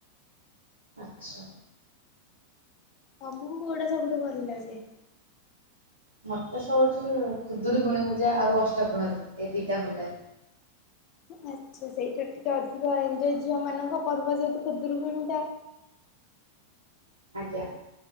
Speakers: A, on the right; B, on the left.
A: ଆଚ୍ଛା
B: ତମୁକୁ କୋଉଟା ସବୁଠୁ ଭଲ ଲାଗେ?
A: ମତେ ସବୁଠୁ ଖୁଦୁରୁକୁଣୀ ପୂଜା ଆଉ ଅଷ୍ଟପ୍ରହରୀ ଏଇ ଦି ଟା ଭଲ ଲାଗେ।
B: ଆଚ୍ଛା ସେଇଟା ଟିକେ ଅଧିକ ଏନଜୟ ଝିଅ ମାନଙ୍କ ପର୍ବ ଯେହେତୁ ଖୁଦୁରୁକୁଣୀ ଟା
A: ଆଜ୍ଞା